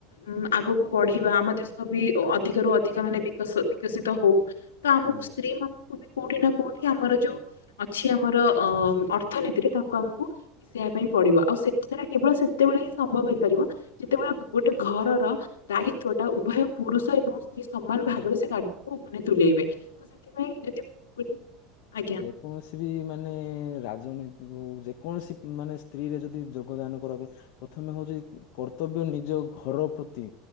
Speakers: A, on the left; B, on the left.
A: ଉ ଆଗକୁ ବଢିବା ଆମ ଦେଶ ବି ଅଧିକରୁୁ ଅଧିକ ମାନେ ବିକ ବିକଶିତ ହଉ। ତ ଆମକୁ
B: ହୁଁ
A: ସ୍ତ୍ରୀ ମାନଙ୍କୁ ବି କୋଉଠି ନା କୋଉଠି ଆମର ଯୋଉ ଅଛି ଆମର ଅ ଅର୍ଥନୀତିରେ ତାଙ୍କୁ ଆମକୁ ମିଶେଇବା ପାଇଁ ପଡିବ ଆଉ ସେଟା କେବଳ ସେତେବେଳେ ହିଁ ସମ୍ଭବ ହେଇପାରିବ। ଯେତେବେଳେ ଗୋଟେ ଘରର ଦାୟିତ୍ଵଟା ଉଭୟ ପୁରୁଷ ଏବଂ ସ୍ତ୍ରୀ ସମାନ
B: ସ୍ତ୍ରୀ
A: ଭାବରେ ସେ କାର୍ଯ୍ୟକୁ ମାନେ ତୁଲେଇବେ ତ ସେଥିପାଇଁ ଯଦି ଆଜ୍ଞା।
B: କୌଣସି ବି ମାନେ ରାଜନୈତି ହେଉ ଯେକୌଣସି ମାନେ ସ୍ତ୍ରୀରେ ଯଦି ଯୋଗଦାନ କରକ ପ୍ରଥମେ ହଉଛି କର୍ତ୍ତବ୍ୟ ନିଜ ଘରର ପ୍ରତି।